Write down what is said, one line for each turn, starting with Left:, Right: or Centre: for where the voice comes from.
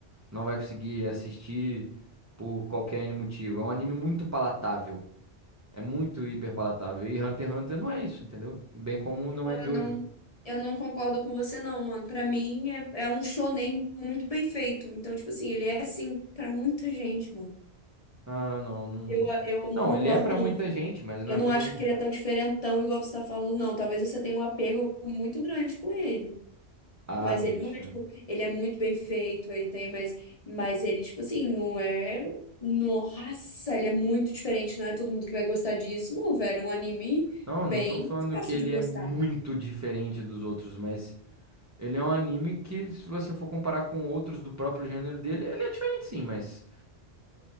Right: não vai conseguir assistir por qualquer N motivo. É um anime muito palatável. É muito hiper palatável. E Hunter x Hunter não é isso, entendeu? Bem como não
Left: Eu
Right: é Jojo.
Left: não, eu não concordo com você não, mano. Pra mim é, é um shonen muito bem feito. Então, tipo assim, ele é assim pra muita gente, mano.
Right: Ah, não, não.
Left: Eu, eu não
Right: Não,
Left: concordo
Right: ele é pra
Left: não,
Right: muita gente, mas não
Left: Eu
Right: é
Left: não
Right: pra
Left: acho
Right: todo mundo.
Left: que ele é tão diferentão igual você tá falando, não. Talvez você tenha um apego muito grande com ele.
Right: Ah,
Left: Mas
Right: bicho.
Left: ele não é, tipo, ele é muito bem feito, ele tem, mas, mas ele, tipo assim, não é. Nossa, ele é muito diferente, não é todo mundo que vai gostar disso. Não, velho, é um anime
Right: Não,
Left: bem
Right: não tô falando
Left: fácil
Right: que ele
Left: de gostar.
Right: é muito diferente dos outros, mas ele é um anime que, se você for comparar com outros do próprio gênero dele, ele é diferente sim, mas